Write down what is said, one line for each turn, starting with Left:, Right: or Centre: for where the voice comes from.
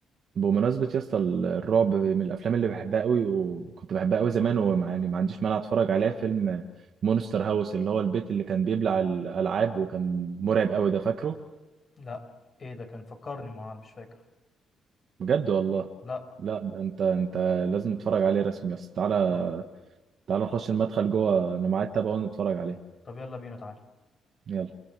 Right: بمناسبة يا اسطى الرعب من الافلام اللي بحبها قوي وكنت بحبها قوي زمان وما يعني ما عنديش مانع اتفرج عليها فيلم مونستر هاوس اللي هو البيت اللي كان بيبلع الالعاب وكان مرعب قوي ده فاكره
Left: لا ايه ده كان فكرني ما عارف مش فاكر
Right: بجد والله
Left: لا
Right: لا ده انت انت لازم تتفرج عليه رسمي يا اسطى تعالى
Left: طب
Right: تعالى نخش المدخل جوه انا معايا التابع ونتفرج عليه
Left: طب يلا بينا تعالى
Right: يلا